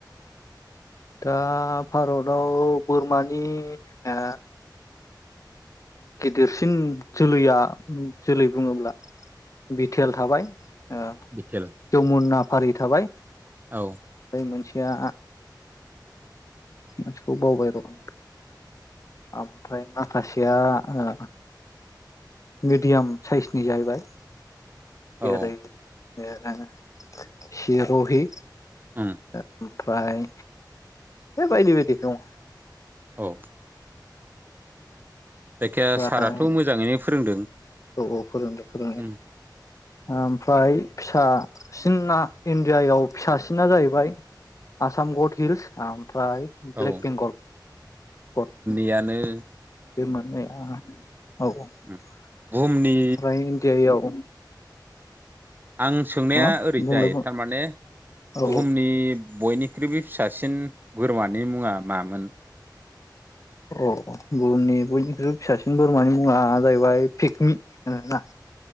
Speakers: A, on the left; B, on the right.
A: दा भारताव बोरमानि ओ गेदेरसिन जोलैया जोलै बुङोब्ला बिटिल थाबाय। ओ
B: बिथेल।
A: जमुना फारि थाबाय।
B: औ।
A: बै मोनसेया मोनसेखौ बावबाय र' आं। ओमफ्राय माखासेया ओ मिडियाम साइसनि जाहैबाय।
B: औ
A: जेरै ओ सिर'हि
B: उम।
A: ओमफ्राय बे बायदि बायदि दं।
B: औ। जायखिजाया
A: ओमफ्राय
B: साराथ' मोजाङैनो फोरोंदों।
A: औ औ फोरोंदो फोरोंनाया।
B: उम
A: ओमफ्राय फिसासिनना इण्डियायाव फिसासिना जाहैबाय आसाम गड हिल्स ओमफ्राय
B: औ
A: ब्लेक बेंगल गद उम।
B: जानो
A: बे मोननैया औ औ ओमफ्राय
B: उम बुहुमनि
A: इण्डियायाव
B: आं सोंनाया
A: हो
B: ओरैजाय
A: बुंलाय बुं
B: थारमाने
A: औ
B: बुहुमनि बयनिख्रुइबो फिसासिन बोरमानि मुङा मामोन?
A: अ बुहुमनि बयनिख्रुइबो फिसासिन बोरमानि मुङा जाहैबाय पिकनिक होनोना।